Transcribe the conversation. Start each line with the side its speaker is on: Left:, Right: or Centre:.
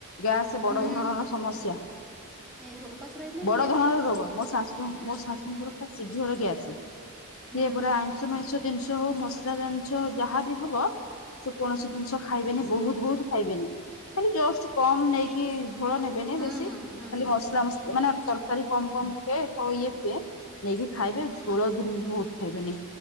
Left: ଗ୍ୟାସ ବଡ଼
Centre: ହୁଁ।
Left: ଧରଣର ସମସ୍ୟା
Centre: ଏଇ ଉପାସ ରହିବ ମାନେ
Left: ବଡ଼
Centre: ଗ୍ୟାସେ
Left: ଧରଣର ରୋଗ ମୋ ଶା ଶ
Centre: ହୁଁ
Left: ମୋ ଶାଶୁଙ୍କର ତା ସିଝରୋଗୀ ଗ୍ୟାସ୍
Centre: ହୁଁ
Left: ସିଏ ପୁରା ଆଇଁଷ ମାଇଁଷ ଜିନିଷ ହଉ ମସାଲା ଜିନିଷ ଯାହାବି ହବ ସେ କୋଣସି
Centre: ହୁଁ।
Left: ଖାଇବେନି ବହୁତ ବହୁତ ଖାଇବେନି ଖାଲି ଜଷ୍ଟ କମ ନେଇକି
Centre: ହୁଁ
Left: ଝୋଳ ନେବେନି ବେଶୀ
Centre: ହୁଁ
Left: ଖାଲି
Centre: ହୁଁ
Left: ମସଲା ମସଲି ମାନେ ତରକାରୀ କମ କମ। ଣ ଇଏ ପଏ ନେଇକି ଖାଇବେ ଝୋଳ ଦିନ ବି ବହୁତ ଖାଇବେନି।